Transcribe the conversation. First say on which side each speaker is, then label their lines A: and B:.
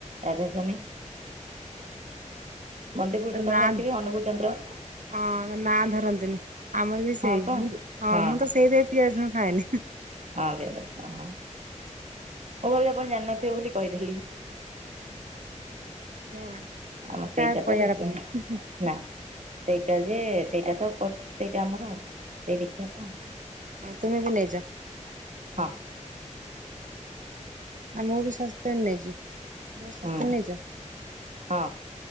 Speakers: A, on the right (about 65°); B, on the right (about 80°).
A: ରାଧା ସ୍ୱାମୀ ! ବନ୍ଦେପୁଋଷାତ୍ତୋମ
B: ନା
A: ଜେମିତିବି ଅନୁକୁଳ ଚନ୍ଦ୍ର।
B: ହଁ ନା ଧରନ୍ତିନି ଆମର ବି
A: ହଁ
B: ସେଇ
A: ପା
B: ହ
A: ହଁ
B: ମୁଁ ତ ସେଇ। ପିଆଜ ରସୁଣ ଖାଏନି।
A: ଆମିଷ ଖାଉନ ମୁଁ ଭାବିଲି ଆପଣ ଜାଣିନଥିବ ବୋଲି କହିଦେଲି।
B: ନା ମାନେ
A: ଆମ ସେଇଟା
B: କାହାକୁ କହିବା
A: ତ ଶିଖିନୁ।
B: କଥା ନୁହେଁ
A: <unintelligible> ନା ସେଇଟା ଯେ ସେଇଟା ତ କରୁଚୁସେଇଟା ଆମର ସେଇ ଦୀକ୍ଷା ତ।
B: ଆପଣ ବି ନେଇଜ।
A: ହାଁ।
B: ଆମେ ବିି ସ୍ୱାସ୍ଥ୍ୟ ନେଇଚ ତମେ ବି ସ୍ୱାସ୍ଥ୍ୟ
A: ହୁଁ
B: ନେଇଚ।
A: ହଁ